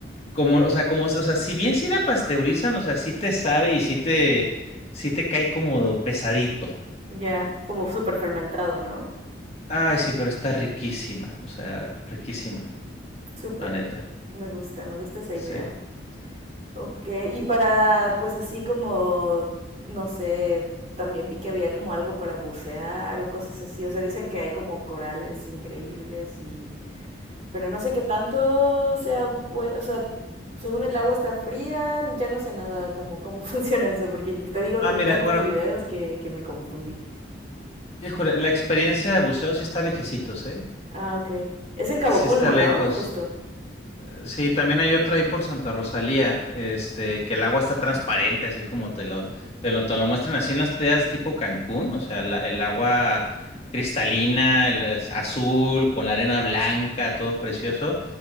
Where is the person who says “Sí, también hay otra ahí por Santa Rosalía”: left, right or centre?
Left